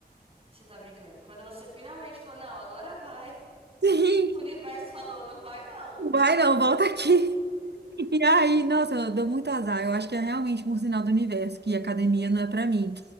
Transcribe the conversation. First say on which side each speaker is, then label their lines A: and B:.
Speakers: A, on the right (about 35°); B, on the right (about 85°).
A: Você tá brincando. Quando você finalmente falou, não, agora vai. <laughs>
B: <laughs> Sim,
A: O universo falou, não vai não.
B: vai não, volta aqui. E aí, nossa, eu dou muito azar. Eu acho que é realmente um sinal do universo que academia não é pra mim.